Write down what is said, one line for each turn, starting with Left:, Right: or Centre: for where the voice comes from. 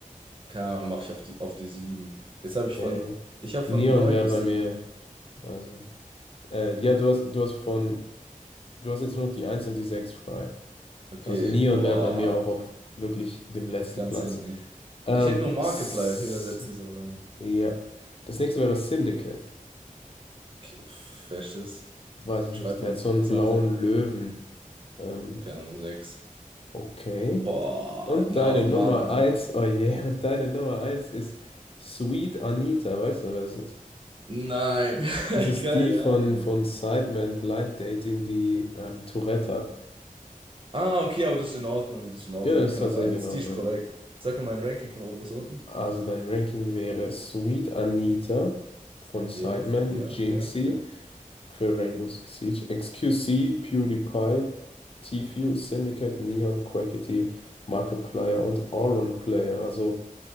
Right: Keine Ahnung, mache ich auf die, auf die 7. Jetzt habe ich
Left: Äh,
Right: von. Ich habe
Left: Neon
Right: von neun
Left: wäre
Right: bis
Left: bei
Right: sieben.
Left: mir, also, äh, ja, du hast, du hast von, du hast jetzt nur noch die eins und die 6 frei.
Right: Okay,
Left: Also Neon
Right: boah,
Left: wäre bei mir auch auf wirklich dem letzten
Right: ganz
Left: Platz.
Right: hinten.
Left: Ähm,
Right: Ich hätte nur Markiplier
Left: S
Right: höher setzen sollen.
Left: ja. Das nächste wäre Syndicate.
Right: K- pf, Wer ist das?
Left: Weiß ich
Right: Beschreib
Left: nicht, der
Right: mal,
Left: hat so einen
Right: was
Left: blauen
Right: macht der?
Left: Löwen. Ähm,
Right: Keine Ahnung, Sechs.
Left: okay.
Right: Boah,
Left: Und
Right: nach
Left: deine Nummer
Right: Mann, Alter.
Left: eins, oh je, <laughs> und deine Nummer eins ist Sweet Anita, weißt du, wer das ist?
Right: Nein,
Left: Das ist
Right: <laughs> keine
Left: die von,
Right: Ahnung.
Left: von Sideman Blind Dating, die ähm, Tourette hat.
Right: Ah, okay, aber das ist in Ordnung, das ist in Ordnung.
Left: Ja,
Right: Die
Left: das
Right: kann
Left: ist tatsächlich
Right: auf eins.
Left: in Ordnung.
Right: Die ist korrekt. Sag mir mein Ranking von oben bis unten.
Left: Also dein Ranking wäre Sweet Anita von Sideman,
Right: Ja, ja,
Left: Jinxie,
Right: ja, ja.
Left: Für Rainbow Six Siege. XQC, PewDiePie, Tfue, Syndicate, Neon, Quackity, Markiplier und Auron Player. Also